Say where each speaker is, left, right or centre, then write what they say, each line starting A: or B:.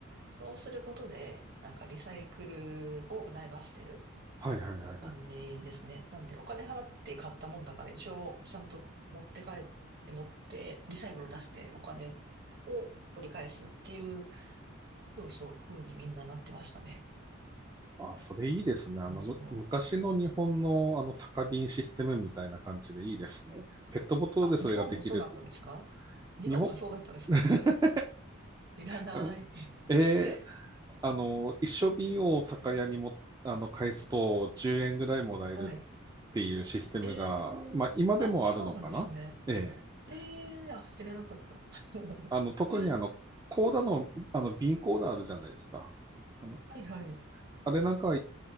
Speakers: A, on the right (about 55°); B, on the right (about 20°).
A: そうすることで、なんかリサイクルを促してる。
B: はいはいはいはい。
A: 感じですね。なんで、お金払って買ったもんだから、一応、ちゃんと持って帰って、持って、リサイクル出して、お金を取り返すっていう、そうそう、風にみんななってましたね。
B: あ、それいいですね。
A: そうそう。
B: あの、む、昔の日本のあの酒瓶システムみたいな感じでいいですね。ペットボトルでそれができるって。
A: あ、日本もそうだったんですか日本もそうだったんですか
B: 日本、<laughs>
A: 知らない。
B: うんええ、
A: へ
B: あの、一升瓶を酒屋にも、
A: え
B: あの、返すと10円ぐらいもらえる
A: はい。
B: っていうシステムが、
A: ええあ、
B: まあ今でもあるのかなええ。
A: そうなんですね。ええあ、知らなかった。<laughs>
B: あの、特にあの、
A: は
B: コーダの、あの、瓶コーダあるじゃないですか。あの、
A: いはい。
B: あれなんか